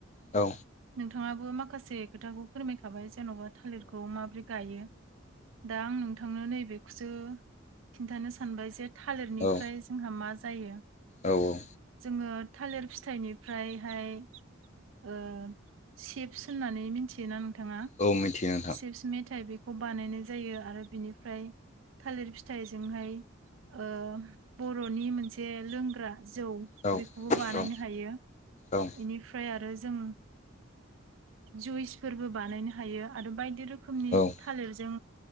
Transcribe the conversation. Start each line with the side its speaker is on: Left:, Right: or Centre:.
Left: औ
Right: नोंथाङाबो माखासे खोथाखौ फोरमायखाबाय जेन'बा थालिरखौ माबोरै गायो दा आं नोंथांनो नैबेखौसो खिन्थानो सानबाय जे थालिरनिफ्राय
Left: औ
Right: जोंहा मा जायो
Left: औ औ
Right: जोङो थालिर फिथाइनिफ्रायहाय ओ सेफ्स होननानै मिथियोना नोंथाङा
Left: औ मिथिया
Right: सेप्स मेथायाइ बेखौ बानायनाय जायो आरो बिनिफ्राय थालिर फिथाइजोंहाय ओ बर'नि मोनसे लोंग्रा जौ
Left: औ
Right: बेखौबो बानायनो
Left: औ
Right: हायो
Left: औ
Right: बिनिफ फ्राय आरो जों जुइसफोरबो बानायनो हायो आरो बायदि रोखोम रोखोमनि
Left: औ
Right: थालिरजों